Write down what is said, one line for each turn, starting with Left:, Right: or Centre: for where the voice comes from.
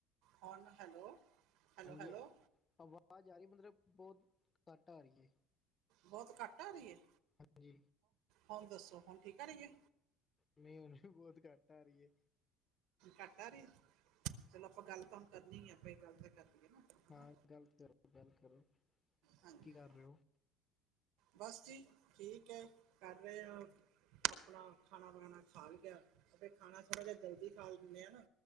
Right: ਹੋ ਹੈਲੋ ਹੈਲੋ
Left: ਹਾਂਜੀ
Right: ਹੈਲੋ
Left: ਹ ਆਵਾਜ਼ ਆ ਰਹੀ ਮਤਲਬ ਬਹੁਤ ਘੱਟ ਆ ਰਹੀ ਹੈ।
Right: ਬਹੁਤ ਘੱਟ ਆ ਰਹੀ ਹੈ?
Left: ਹਾਂਜੀ
Right: ਹੁਣ ਦੱਸੋ ਹੁਣ ਠੀਕ ਆ ਰਹੀਏ?
Left: ਨਹੀਂ ਉਹਨੂੰ ਵੀ ਬਹੁਤ ਘੱਟ ਆ ਰਹੀ ਹੈ।
Right: ਘੱਟ ਆ ਰਹੇ ਚਲੋ ਆਪਾਂ ਗੱਲ ਤਾਂ ਹੁਣ ਕਰਨੀ ਆ ਆਪਾਂ ਗੱਲ ਤਾਂ ਕਰੀਏ ਨਾ। ਹਨਾ
Left: ਹਾਂ ਗਲ ਕਰੋ ਗੱਲ ਕਰੋ
Right: ਹਾਂਜੀ
Left: ਕੀ ਕਰ ਰਹੇ ਹੋ?
Right: ਬਸ ਜੀ ਠੀਕ ਹੈ ਕਰ ਰਹੇ ਹੋ। ਆਪਣਾ ਖਾਣਾ ਵਗਣਾ ਖਾ ਗਿਆ ਤੇ ਖਾਣਾ ਥੋੜਾ ਜਿਹਾ ਜਲਦੀ ਖਾ ਲੈਂਦੇ ਹ ਨਾ।